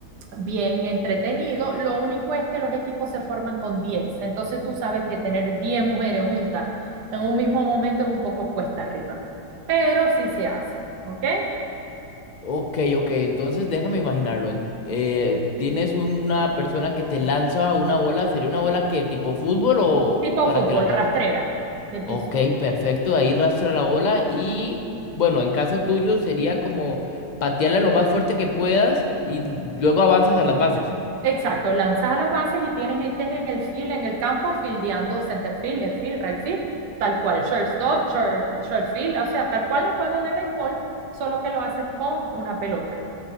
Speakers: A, on the right (about 80°); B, on the left (about 40°).
A: bien entretenido. Lo único es que los equipos se forman con 10. Entonces, tú sabes que tener 10 mujeres juntas en un mismo momento es un poco cuesta arriba. Pero sí se hace, ¿ok?
B: Ok, ok, entonces déjame imaginarlo. en- eh, ¿tienes una persona que te lanza una bola? ¿Sería una bola que tipo fútbol o
A: Tipo
B: para
A: fútbol,
B: que la... pa-
A: rastrera, de
B: Ok,
A: piso.
B: perfecto, ahí rastra la bola y bueno, en caso tuyo sería como patearla lo más fuerte que puedas y luego avanzas a las bases.
A: Exacto, lanzas a las bases y tienes gente en el field, en el campo, fildeando center field, left field, right field, tal cual, shortstop, short, short field, o sea, tal cual un juego de béisbol, solo que lo haces con una pelota.